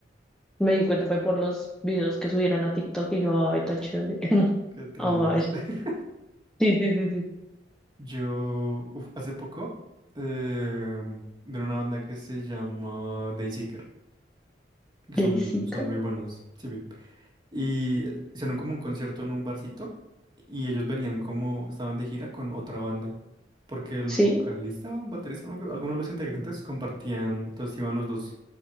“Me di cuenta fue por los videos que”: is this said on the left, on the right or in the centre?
Centre